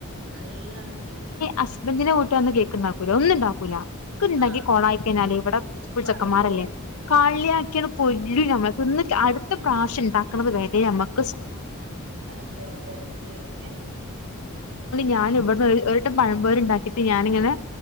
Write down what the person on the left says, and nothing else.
ഹസ്ബന്റനെ കൂട്ട് വന്ന് കേക്കണ്ടാക്കൂല ഒന്നും ഉണ്ടാക്കൂല. ഉണ്ടാക്കി
കോളായി കഴിഞ്ഞാല് ഇവിടെ സ്കൂൾ
ചെക്കന്മാരല്ലേ
കാളിയാക്കി കൊല്ലും ഞമ്മൾ ഒന്ന് അടുത്ത പ്രാവശ്യം ഉണ്ടാക്കുന്നത് വരെ മ്മക്ക്
ഞാന് ഇവിടു ഒരുവട്ടം പഴംപൊരി ഉണ്ടാക്കിട്ട് ഞാനിങ്ങനെ